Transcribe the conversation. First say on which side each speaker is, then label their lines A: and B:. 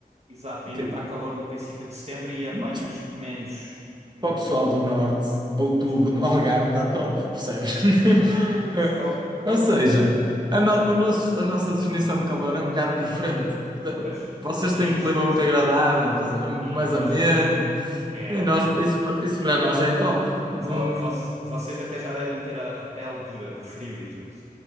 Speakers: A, on the right (about 45°); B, on the right (about 25°).
A: exato, ainda
B: tipo,
A: está calor no princípio de setembro e apanhas
B: mas
A: menos, menos.
B: para o pessoal do Norte, outubro
A: Mas,
B: no Algarve está top, percebes? <laughs>
A: ah,
B: Eh,
A: se- ou, outro,
B: Ou seja, a, no- o nosso, a nossa definição de calor é um bocado diferente.
A: pois,
B: Vocês
A: sim,
B: têm um clima
A: sim,
B: muito
A: sim,
B: agradável,
A: sim.
B: estás a ver? Muito
A: E
B: mais
A: nós,
B: ameno.
A: é,
B: E nós,
A: vo,
B: isso, pra- isso para nós já é top. Não,
A: vo- voc- vocês até já devem ter a, a pele dura do frio e tudo.